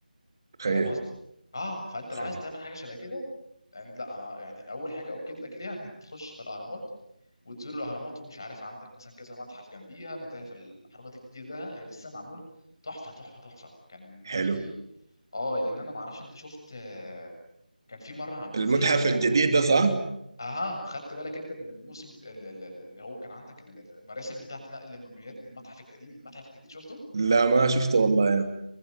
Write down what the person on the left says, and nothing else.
فاهم قصدي اه فانت
لو عايز تعمل حاجه شبه كده يعني لا انا يعني اول حاجه اؤكد لك ليها انك تخش في الاهرامات وتزور الاهرامات ومش عارف عندك مثلا كذا متحف جنبيها متاحف الاهرامات الجديده ده آه، لسه معمول تحفه تحفه تحفه كان
في اه يعني انا ما اعرفش انت شفت آه، كان في مره عاملين
زي كده مم...
اها خدت بالك انت من الموسم بت... ال- ال- ال- اللي هو كان عندك ال- المراسم بتاعت نقل الموميات من المتحف القديم للمتحف الجديد شفته